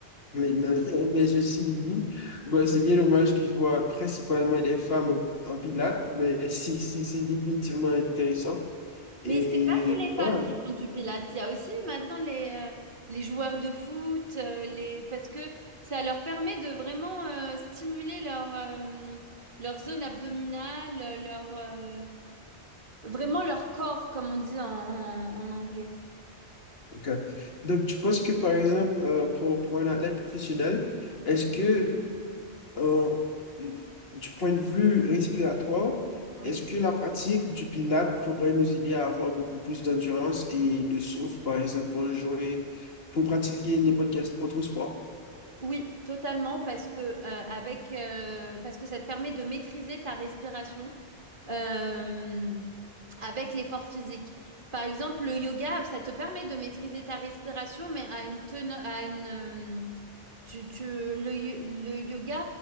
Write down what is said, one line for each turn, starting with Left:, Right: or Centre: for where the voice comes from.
Left: Maintenant, <laughs> mais je suis dit, bon, c'est bien dommage que je vois principalement des femmes en en pilates, mais si, si, c'est définitivement intéressant. Et
Right: Mais c'est pas que les femmes
Left: ouais,
Right: qui font du pilates, il y a aussi maintenant les, euh, les joueurs de foot, euh, les... parce que ça leur permet de vraiment euh, stimuler leur, euh, leur zone abdominale, leur... euh, Vraiment leur corps, comme on dit en, en- en anglais.
Left: ok. Donc, tu penses que, par exemple, euh, pour, pour un athlète professionnel, est-ce que Euh, du point de vue respiratoire,
Right: Oui.
Left: est-ce que la pratique du Pilates pourrait nous aider à avoir beaucoup plus d'endurance et de souffle, par exemple, pour jouer, pour pratiquer n'importe quel autre sport?
Right: Oui, totalement, parce que, euh, avec, euh, parce que ça te permet de maîtriser ta respiration euh, avec l'effort physique. Par exemple, le yoga, ça te permet de maîtriser ta respiration, mais à une teneur, à une, euh, tu, tu- le, yo- le yoga,